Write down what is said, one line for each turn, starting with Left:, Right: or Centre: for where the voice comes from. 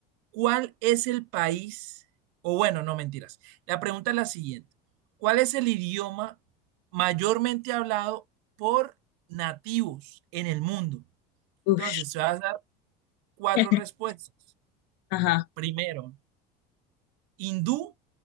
Right: ¿cuál es el país? O bueno, no mentiras. La pregunta es la siguiente. ¿Cuál es el idioma mayormente hablado por nativos en el mundo?
Left: ush,
Right: Entonces, te vas a dar cuatro
Left: <laughs>
Right: respuestas.
Left: ajá.
Right: Primero, hindú,